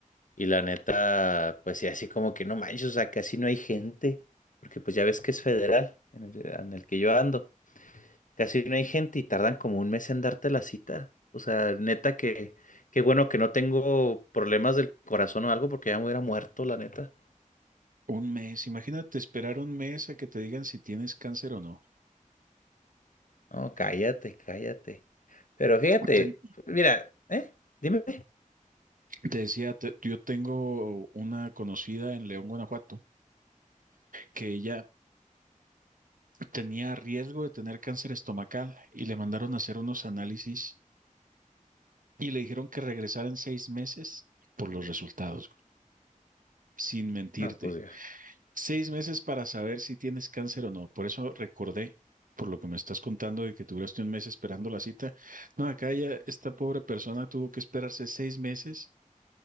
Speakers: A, on the left; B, on the right.
A: Y la neta, pues sí, así como que no manches, o sea, casi no hay gente, porque pues ya ves que es federal en el, en el que yo ando, casi no hay gente y tardan como un mes en darte la cita. O sea, neta que, qué bueno que no tengo problemas del corazón o algo, porque ya me hubiera muerto, la neta.
B: Un mes, imagínate esperar un mes a que te digan si tienes cáncer o no.
A: No, cállate, cállate. Pero fíjate,
B: Ten-
A: mira, ¿eh? Dime.
B: te decía, te- yo tengo una conocida en León, Guanajuato, que ella tenía riesgo de tener cáncer estomacal y le mandaron a hacer unos análisis y le dijeron que regresara en seis meses por los resultados, sin mentirte.
A: No, pues ya.
B: Seis meses para saber si tienes cáncer o no. Por eso recordé, por lo que me estás contando de que duraste un mes esperando la cita. No, acá ya esta pobre persona tuvo que esperarse seis meses